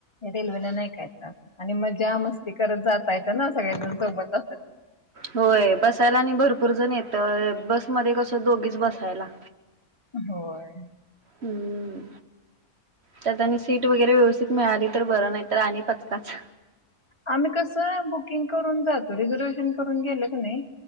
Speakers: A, on the left (about 20°); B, on the right (about 45°).
A: रेल्वे न नाही काय जात. आणि मजा मस्ती करत जाता येतं ना सगळेज सोबत अस
B: होय, बसायला आणि भरपूर जण येत. बसमध्ये कसं दोघीच बसायला.
A: होय.
B: हम्म. त्यात आणि सीट वगैरे व्यवस्थित मिळाली तर बरं, नाही तर आणि पचकाच.
A: आम्ही कसं बुकिंग करून जातो. रिझर्वेशन करून गेलं कानी